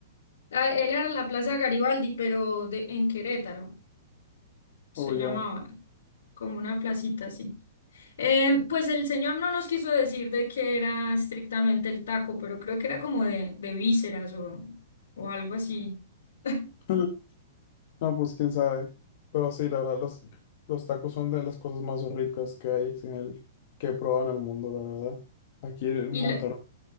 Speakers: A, on the left (about 80°); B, on the left (about 40°).
A: Ah, Él era la Plaza Garibaldi, pero de, en Querétaro. Se
B: o
A: llamaba
B: ya.
A: como una placita así. Eh, pues el señor no nos quiso decir de qué era estrictamente el taco, pero creo que era como de, de vísceras o, o algo así. <laughs>
B: <laughs> No, pues quién sabe. Pero sí, la verdad, los, los tacos son de las cosas más ricas que hay en el, que he probado en el mundo, la verdad. Aquí en
A: Y
B: Monterrey.
A: la,